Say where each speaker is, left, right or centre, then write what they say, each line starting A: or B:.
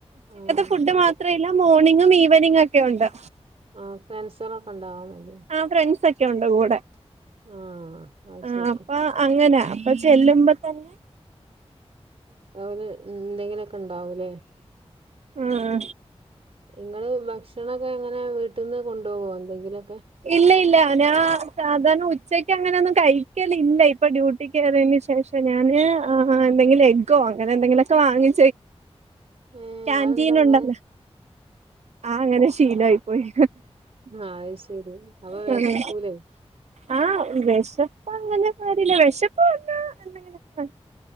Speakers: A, on the right; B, on the right.
A: ആഹ്
B: ഫുഡ് മാത്ര ഇല്ല മോർണിങ്ങും ഈവനിങ്ങും ഒക്കെ ഉണ്ട്.
A: ആഹ് ഫ്രണ്ട്സളൊക്കെ ഉണ്ടാവാൻ മതി
B: ആ ഫ്രണ്ട്സക്കെ ഉണ്ട് കൂടെ.
A: ആഹ് അത്
B: ആ
A: ശരി
B: അപ്പൊ അങ്ങനെ അപ്പൊ ചെല്ലുമ്പോ തന്നെ
A: അവര് എന്തെങ്കിലൊക്കെ ഇണ്ടാവൂലേ.
B: ആഹ്
A: നിങ്ങള് ഭക്ഷണൊക്കെ എങ്ങനെ വീട്ടിൽന്ന് കൊണ്ടുപോകോ എന്തെങ്കിലൊ
B: ഇല്ല ഇല്ല ഞാ സാധാരണ ഉച്ചക്ക് അങ്ങനെ ഒന്നും കഴി ക്കലില്ല ഇപ്പൊ ഡ്യൂട്ടിക്ക്റിയതിനന് ശേഷം ഞാന് എന്തെങ്കിലും എഗ്ഗോ അങ്ങനെ എന്തെലൊക്കെ വാങ്ങി
A: ഏ
B: കാന്റീൻ
A: അതെന്താ അങ്ങനെ
B: ഉണ്ടല്ലോ. ആഹ് അങ്ങനെ ശീലായി പോയി.
A: ആ അത് ശരി അപ്പൊ
B: ഹ്
A: വിശക്കൂലേ
B: അ ആ വെഷ അപ്പ അങ്ങനെ കാര്യല്ല. വിഷപ്പങ്ങനൊക്കെ